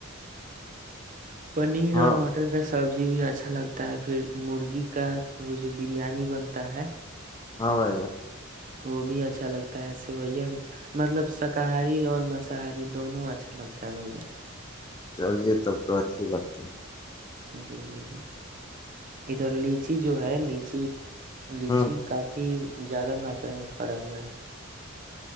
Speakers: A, on the right; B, on the left.
A: پنیر
B: ہاں
A: اور مٹر کا س سبزی بھی اچھا لگتا ہے پھر مرغی کا وہ جو بریانی بنتا ہے
B: ہاں بائے جا
A: وہ بھی اچھا لگتا ہے سویا بھی مطلب شاکاہاری اور مساہاری دونوں اچھا لگتا ہے بھائی جان
B: چلیے تب تو اچھی بات ہے
A: جی بائی ادھر لیچی جو ہے لیچی لیچی
B: ہ
A: کافی زیادہ ماترا میں پڑا ہوا ہے